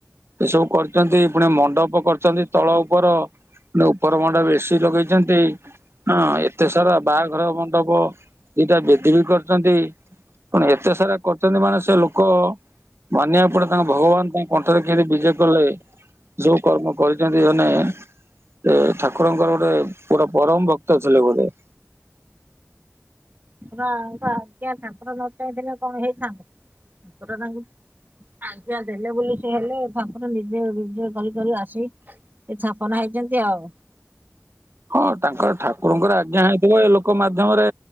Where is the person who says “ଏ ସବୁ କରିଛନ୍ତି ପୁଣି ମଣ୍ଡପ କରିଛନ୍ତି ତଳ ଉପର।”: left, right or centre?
Right